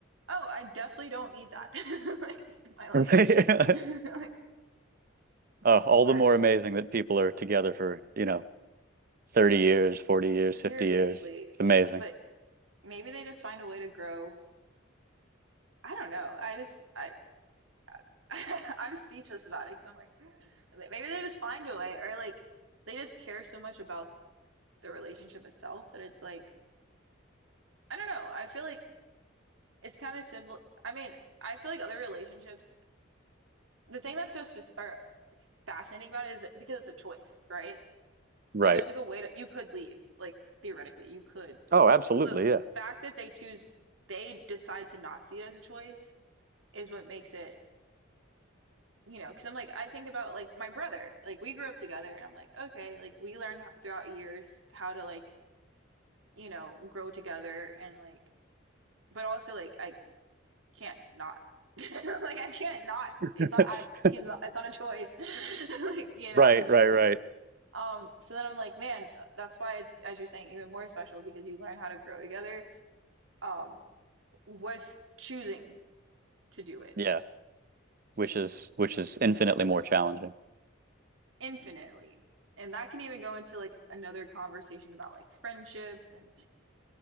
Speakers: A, on the right (about 75°); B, on the right (about 45°).
A: oh, I definitely don't need that, <laughs> like in my life,
B: <laughs>
A: <laughs> like,
B: Uh, all
A: or
B: the more amazing that people are together for, you know, 30 years, 40 years,
A: seriously.
B: 50 years. It's amazing.
A: But maybe they just find a way to grow. I don't know. I just I <laughs> I'm speechless about it because I'm like, like, maybe they just find a way, or like they just care so much about the relationship itself that it's like. I don't know. I feel like it's kind of simple. I mean, I feel like other relationships, the thing that's so specific or fascinating about it is that- because it's a choice, right?
B: Right.
A: And there's like a way to you could leave, like theoretically you could.
B: Oh, absolutely.
A: But the
B: Yeah.
A: fact that they choose, they decide to not see it as a choice is what makes it, you know, because I'm like, I think about like my brother, like we grew up together and I'm like, okay, like we learned h- throughout years how to like, you know, grow together and like, but also like I can't not. <laughs> Like I can't not.
B: <laughs>
A: It's not I he's not it's not a choice. <laughs> Like, you know.
B: Right, right, right.
A: Um so then I'm like, man, uh, that's why it's as you're saying even more special because you learn how to grow together um with choosing to do it
B: Yeah. which is which is infinitely more challenging.
A: infinitely. And that can even go into like another conversation about like friendships and